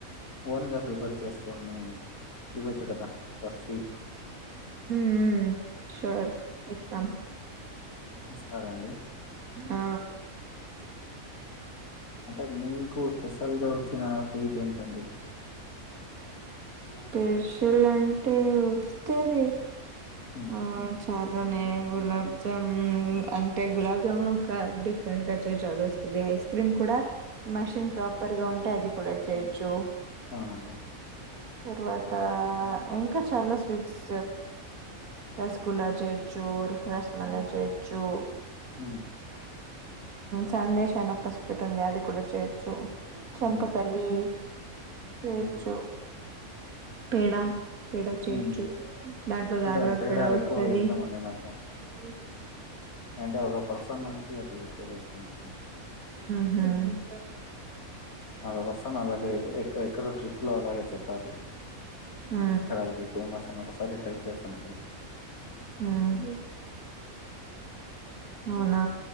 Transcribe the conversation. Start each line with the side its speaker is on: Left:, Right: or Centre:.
Left: ఓన్ గా ప్రిపేర్ చేసుకొని ఇవ్వచ్చుగా రఫిట్
Right: మ్ షేర్ ఇస్తాం
Left: ఇస్తారా అండి
Right: ఆ
Left: అంటే మీకు స్పెషల్ గా వచ్చిన స్వీట్ ఏంటండి
Right: స్పెషల్ అంటే వస్తది
Left: ఉమ్
Right: ఆ చ అలానే గులాబ్ జామున్ అంటే గులాబ్ జాముూన్ ఒక డిఫరెంట్ గా చర చది వస్తుంది ఐస్ క్రీమ్ కూడా మషిన్ ప్రాపర్ గా ఉంటే అది కూడా చేయొచ్చు
Left: అవునండి
Right: తర్వాత ఇంకా చాలా స్వీట్స్ రసగుల్లా చేయొచ్చు రసమలై చేయొచ్చు
Left: హ
Right: సందేశాన్ని ఒక్కసిపట్ ఉంది అది కూడా చేయొచ్చు చంపకలి
Left: ఉమ్
Right: చేయొచ్చు
Left: ఉమ్
Right: పేడ పేడ చేయచ్చు
Left: ఉమ్
Right: దాంట్లో దారివాత
Left: అంటే
Right: పేడ వస్తది
Left: ఎక్కువగా ఇష్టం అండి నాకు
Right: ఉ
Left: అంటే ఒక పర్సన్ నుంచి అది ఎక్కువగా ఇష్టం వచ్చింది
Right: మ్
Left: అ వస్తాను అలాగే ఎక్కడో ట్రిప్ లో అలాగే చెప్పారు
Right: ఉ
Left: అక్కడ ఇది ఫేమస్ అని ఒకసారి ట్రై చేసానండి
Right: మ్మ్ అవునా